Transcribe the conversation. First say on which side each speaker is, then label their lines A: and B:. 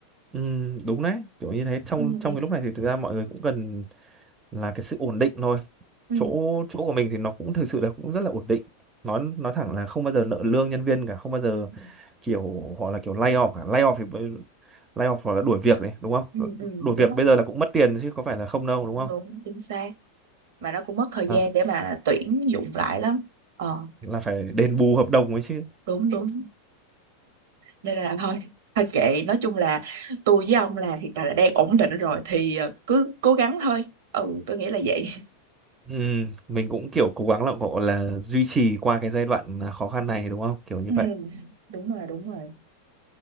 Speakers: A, on the right; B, on the right.
A: ừ, đúng đấy kiểu như thế trong
B: ừ,
A: trong
B: ừ,
A: cái lúc này thì thực ra mọi người cũng cần là cái sự ổn định thôi
B: ừ,
A: chỗ chỗ của mình thì nó cũng thực sự là cũng rất là ổn định nói nói thẳng là không bao giờ nợ lương nhân viên cả không bao giờ
B: ừ,
A: kiểu họ là kiểu lay off cả lay off thì bây- lay off hoặc là đuổi việc đấy đúng không
B: ừ,
A: Ờ,
B: ừ,
A: đuổi
B: đúng
A: việc
B: rồi
A: bây giờ là cũng mất tiền chứ có phải là không đâu
B: đúng
A: đúng không
B: đúng chính xác mà nó cũng mất thời
A: là,
B: gian
A: ph-
B: để mà tuyển dụng lại lắm ờ
A: là phải đền bù hợp đồng ấy chứ
B: đúng đúng nên là thôi thôi kệ nói chung là tôi với ông là hiện tại là đang ổn định rồi thì ờ, cứ cố gắng thôi ừ tôi nghĩ là vậy
A: Ừ, mình cũng kiểu cố gắng là gọi là duy trì qua cái giai đoạn à, khó khăn này đúng không? Kiểu như
B: Ừ,
A: vậy. <clears throat>
B: đúng rồi, đúng rồi.